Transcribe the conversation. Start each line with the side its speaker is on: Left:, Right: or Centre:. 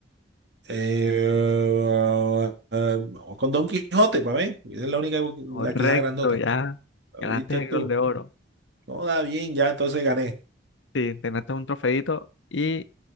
Right: Eh, ah, ah, vamos con Don Quijote, para ver. Esa es la única,
Left: <laughs> correcto,
Right: la quija grandota.
Left: ya.
Right: ¿La
Left: Ganaste
Right: viste tú?
Left: el gol de oro.
Right: No, da bien, ya entonces gané.
Left: Sí, te ganaste un trofeito y